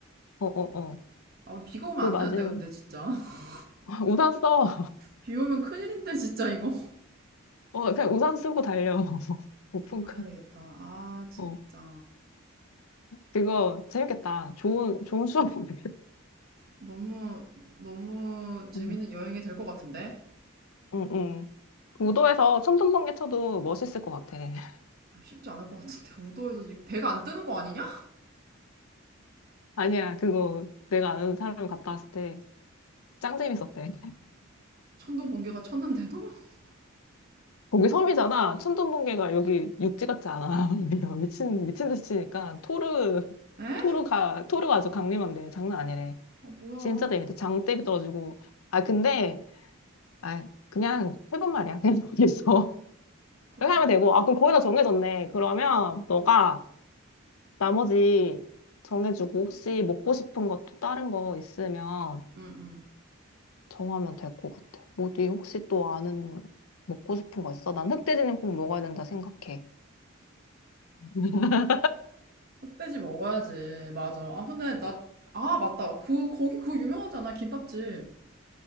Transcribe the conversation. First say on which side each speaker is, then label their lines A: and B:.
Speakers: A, on the left; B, on the right.
A: 어, 어, 어.
B: 아, 오늘 비가 오면
A: 그
B: 안
A: 맞음.
B: 되는데, 근데 진짜. <laughs>
A: <laughs> 우산 써.
B: 비 오면 큰일인데, 진짜 이거.
A: 어, 그냥 우산 쓰고 달려. <laughs>
B: <laughs>
A: 오픈카.
B: 아, 그래야 되겠다. 아, 진짜.
A: 어, 그거 재밌겠다. 좋은, 좋은 수업이겠다.
B: 너무, 너무 재밌는
A: 응,
B: 여행이 될 것 같은데?
A: 응, 응. 그 우도에서 천둥번개 쳐도 멋있을 것 같아. <laughs>
B: 아, 쉽지 않을 것 같은데 <laughs> 우도에서 지금 배가 안 뜨는 거 아니냐?
A: 아니야, 그거 내가 아는 사람 갔다 왔을 때 짱 재밌었대.
B: 천둥 번개가 쳤는데도? <laughs>
A: 거기 섬이잖아. 천둥번개가 여기 육지 같지 않아. <laughs> 미친, 미친 듯이 치니까 토르,
B: 에?
A: 토르가, 토르가 아주 강림한데 장난 아니래.
B: 아 뭐야
A: 진짜 재밌대. 장대비 떨어지고. 아, 근데, 아, 그냥 해본 말이야. <laughs> 그냥 거기서.
B: 그렇게
A: 이렇게 하면
B: 안
A: 되고, 아, 그럼 거의 다 정해졌네. 그러면 너가 나머지 정해주고, 혹시 먹고 싶은 것도 다른 거 있으면
B: 응응
A: 정하면 될 것 같아. 어디 혹시 또 아는 먹고 싶은 거 있어? 난 흑돼지는 꼭 먹어야 된다 생각해. <laughs>
B: 흑돼지 먹어야지 맞아 아 근데 나 아 맞다 그 거기 그거 유명하잖아 김밥집